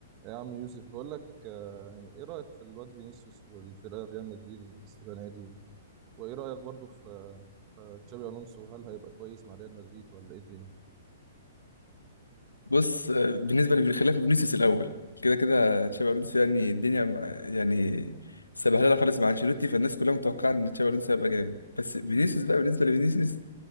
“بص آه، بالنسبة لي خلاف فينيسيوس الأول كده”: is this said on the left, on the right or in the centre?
Left